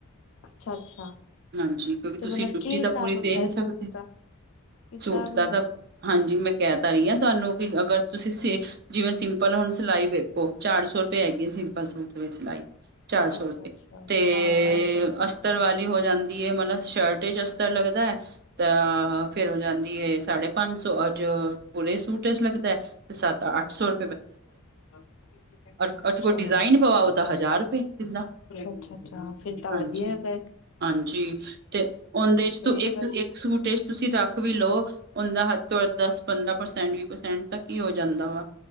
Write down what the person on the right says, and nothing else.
ਹਾਂਜੀ, ਕਿਉਂਕਿ
ਤੁਸੀਂ
ਡੁੱਯੁਟੀ
ਤਾਂ ਪੂਰੀ ਦੇ ਨਹੀਂ ਸਕਦੇ।
ਸੂਟ
ਦਾ ਤਾਂ, ਹਾਂਜੀ ਮੈਂ ਕਹਿ ਤਾ ਰਹੀ ਆ ਤੁਹਾਨੂੰ, ਕਿ ਅਗਰ ਤੁਸੀਂ ਸੇ, ਜਿਵੇਂ ਸਿੰਪਲ ਹੁਣ ਸਿਲਾਈ ਵੇਖੋ ਚਾਰ ਸੌ ਰੁਪਏ ਹੈਗੀ ਹੈ ਸਿੰਪਲ ਸੂਟ। ਸਿਲਾਈ ਚਾਰ ਸੌ
ਰੁਪਏ,
ਤੇੇਏੇਏਏ
ਅਸਤਰ ਵਾਲੀ ਹੋ ਜਾਂ ਦੀ ਏ। ਮਤਲਬ ਸ਼ਰਟ ਵਿਚ ਅਸਤਰ ਲਗਦਾ ਏ। ਤਾਂ ਆਹ ਫੇਰ ਹੋ ਜਾਂਦੀ ਹੈ ਸਾਢੇ ਪੰਜ ਸੌ, ਔਰ ਜੋਓ ਪੂਰੇ ਸੂਟ ਚ ਲੱਗਦਾ ਏ। ਤੇ ਸਤ -ਅੱਠ ਸੌੁ
ਤੁਹਾਡੇ ਕੋਲ ਡਿਜ਼ਾਇਨ ਪਵਾਓ ਤਾਂ ਹਜ਼ਾਰ ਰੁਪਏ ਸਿੱਧਾ
ਹਾਂਜੀ
ਹਾਂਜੀ, ਤੇ ਉਂਹਦੇ ਚ ਤੂੰ
ਇੱਕ-ਇੱਕ
ਸੂਟੇਜ ਤੁਸੀਂ ਰੱਖ ਵੀ ਲਓ, ਉਂਹਦਾ ਹੱਦ ਤੋਂ ਹੱਦ, ਦਸ- ਪੰਦਰਾਂ ਪ੍ਰਸੈਂਟ, ਵੀਹ ਪ੍ਰਸੈਂਟ ਤੱਕ ਕੀ ਹੋ ਜਾਂਦਾ ਵਾ।